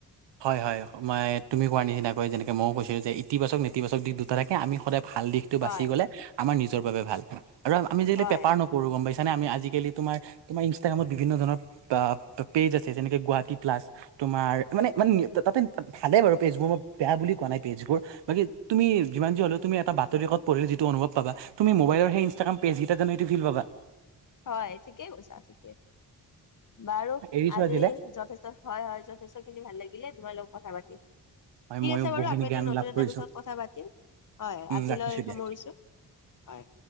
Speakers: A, on the right; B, on the left.
A: হয় হয় মই তুমি কোৱাৰ নিচিনাকৈ যেনেকে ময়ো কৈছিলোঁ যে ইতিবাচক নেতিবাচক দিশ দুটা থাকে আমি সদায় ভাল দিশটো
B: হয়।
A: বাচি গ'লে আমাৰ নিজৰ বাবে ভাল, আৰু আমি যতি
B: হয়,
A: পেপাৰ নকৰো গ'ম পাইছ <unintelligible> আমি আজিকালি তোমাৰ তোমাৰ ইনষ্টাগ্ৰামত বিভিন্ন ধৰণৰ পেজ আছে যেনেকে গুৱাহাটী প্লাছ তোমাৰ মানে মানে তাতে ভালে বাৰু পেজবোৰ মই বেয়া বুলি কোৱা নাই পেজবোৰ বাকী তুমি যিমান যে হ'লে তুমি এটা বাতৰি কাকত পঢ়িলে যিটো অনুভৱ পাবা তুমি মোবাইল সেই ইনষ্টাগ্ৰাম পেজ কেইটাত জানো এইটো ফিল পাবা।
B: হয় ঠিকে কৈছা ঠিকে। বাৰু
A: এৰিছো
B: আজি
A: আজিলে
B: যথেষ্ট হয় হয় যথেষ্টখিনি ভাল লাগিলে তোমাৰ লগত কথা পাতি।
A: হয়
B: ঠিক
A: ময়ো
B: আছে বাৰু
A: বহুখিনি
B: আকৌ এদিন
A: জ্ঞান
B: নতুন
A: লাভ
B: এটা
A: কৰিছো
B: বিষয়ত কথা পাতিম হয়
A: উম
B: আজিলৈ
A: ৰাখিছো দিয়া
B: সামৰিছোঁ। হয়।